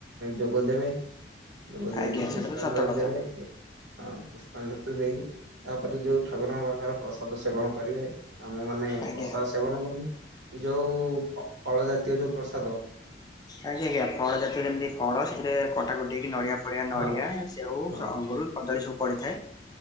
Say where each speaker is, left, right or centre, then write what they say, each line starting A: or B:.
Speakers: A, on the right (about 75°); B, on the left (about 20°).
A: ଯୋଗ ଦେବେ। ଭୋଗ ଦେଇକି
B: ଆଜ୍ଞା ସେଟା
A: ପୁଷ୍ପାଞ୍ଜଳି
B: ତ ସତ କଥା
A: ଦେବେ। ହଁ, ପୁଷ୍ପାଞ୍ଜଳି ଦେଇକି ତାପରେ ଯୋଉ ଠାକୁରଙ୍କ ପାଖର ପ୍ରସାଦ ସେବନ କରିବେ। ଆମ ମାନେ
B: ଆଜ୍ଞା।
A: ପ୍ରସାଦ୍ ସେବନ କଲି ଯୋଉ ଫ ଫଳ ଜାତୀୟ ଯୋଉ ପ୍ରସାଦ।
B: ଆଜ୍ଞା ଆଜ୍ଞା ଫଳ ଜାତୀୟ ଯେମିତି ଫଳ ସେଥିରେ କଟାକଟି ହେଇକି ନଡିଆ ଭଳିଆ ନଡ଼ିଆ
A: ହଁ
B: ସେଉ
A: ହଁ
B: ଅଙ୍ଗୁରୁ କଦଳୀ ସବୁ ପଡିଥାଏ।